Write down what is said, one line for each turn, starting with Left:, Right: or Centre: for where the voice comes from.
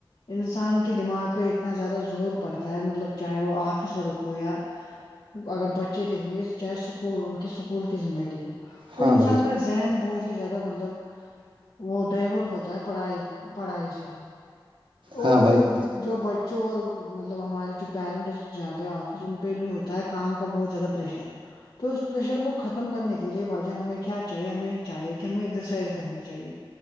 Left: انسان کے دماغ پے اتنا زیادہ زور پڑتا ہے مطلب چاہے وہ آفس ورک ہو یا اگر بچے دیکھیں گے چاہے سکول ان کی سکول کی زندگی ہو تو
Right: ہاں
Left: انسان
Right: بھائی جان
Left: کا ذہن بہت ہی زیادہ مطلب وہ ڈائیورٹ ہوتا ہے پڑھائی پڑھائی سے اور
Right: ہاں بھائی جان
Left: جو جو بچوں اور مطلب ہمارے جو پیرنٹس جاتے آفس ان پے بھی ہوتا ہے کام کا بوجھ بہت زیادہ پریشر تو اس پرریشر کو ختم کرنے کے لیے بھائی جان ہمیں کیا چاہیے ہمیں چاہیے کہ ہمیں ایکسرسائز کرنی چاہیے